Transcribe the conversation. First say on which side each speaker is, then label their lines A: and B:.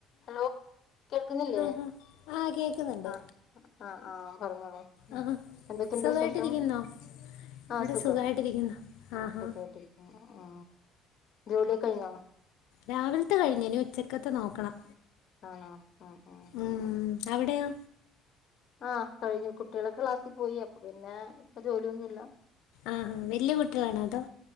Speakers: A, on the left; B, on the left.
A: Hello കേൾക്കുന്നില്ലേ
B: ആഹാ ആ കേൾക്കുന്നുണ്ട്
A: ആ ആ ആ പറഞ്ഞോളൂ ആ
B: ആഹാ
A: എന്തൊക്കെയുണ്ട്
B: സുഖമായിട്ടിരിക്കുന്നോ
A: വിശേഷം?
B: ഇവിടെ
A: ആ സുഖം
B: സുഖമായിട്ടിരിക്കുന്നു ആഹാ
A: സുഖായിട്ടിരിക്കുന്നു ആ ജോലിയൊക്കെ കയിഞ്ഞോ
B: രാവിലത്തെ കഴിഞ്ഞ് ഇനി ഉച്ചക്കത്തെ നോക്കണം.
A: ആണോ ആ ആ
B: ഉം
A: ആ
B: അവിടെയോ
A: ആ ആ കഴിഞ്ഞു കുട്ട് ട്ടികളൊക്കെ ക്ലാസ്സി പോയി അപ്പൊ പിന്നെ ഇപ്പ ജോലിയൊന്നുല്ല
B: ആഹ വല്യ കുട്ടികളാണോ അതോ?